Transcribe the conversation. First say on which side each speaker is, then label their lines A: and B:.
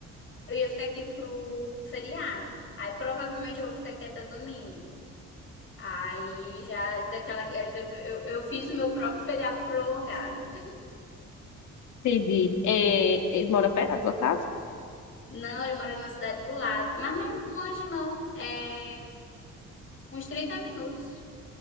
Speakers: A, on the left; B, on the left.
A: Eu ia ficar aqui pro feriado. Aí provavelmente eu vou ficar aqui até domingo. Aí já daquela. Eu, eu eu fiz o meu próprio feriado prolongado.
B: Entendi. É, ele mora perto da tua casa?
A: Não, ele mora na cidade do lado. Mas não é muito longe, não. É uns 30 minutos